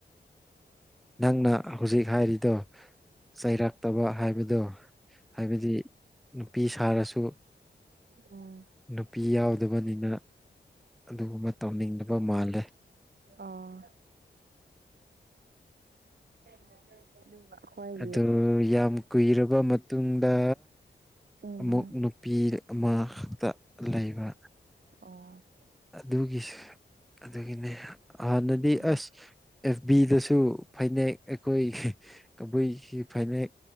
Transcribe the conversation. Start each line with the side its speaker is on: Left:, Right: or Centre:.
Centre: ꯅꯪꯅ ꯍꯧꯖꯤꯛ ꯍꯥꯏꯔꯤꯗꯣ ꯆꯩꯔꯛꯇꯕ ꯍꯥꯏꯕꯗꯣ ꯍꯥꯏꯕꯗꯤ ꯅꯨꯄꯤ ꯁꯥꯔꯁꯨ
Right: ꯎꯝ
Centre: ꯅꯨꯄꯤ ꯌꯥꯎꯗꯕꯅꯤꯅ ꯑꯗꯨꯒꯨꯝꯕ ꯇꯧꯅꯤꯡꯗꯕ ꯃꯥꯜꯂꯦ
Right: ꯑ <unintelligible> ꯑꯩꯈꯣꯏꯒꯤ
Centre: ꯑꯗꯨ ꯌꯥꯝ ꯀꯨꯏꯔꯕ ꯃꯇꯨꯡꯗ
Right: ꯎꯝ
Centre: ꯑꯃꯨꯛ ꯅꯨꯄꯤ ꯑꯃꯛꯇ ꯂꯩꯕ
Right: ꯑꯣ
Centre: ꯑꯗꯨꯒꯤꯁꯨ ꯑꯗꯨꯒꯤꯅꯦ ꯍꯥꯟꯅꯗꯤ
Right: ꯎꯝ
Centre: ꯑꯁ ꯑꯦꯐ ꯕꯤꯗꯁꯨ ꯐꯅꯦꯛ ꯑꯩꯈꯣꯏꯒꯤ ꯀꯕꯨꯏꯒꯤ ꯐꯅꯦꯛ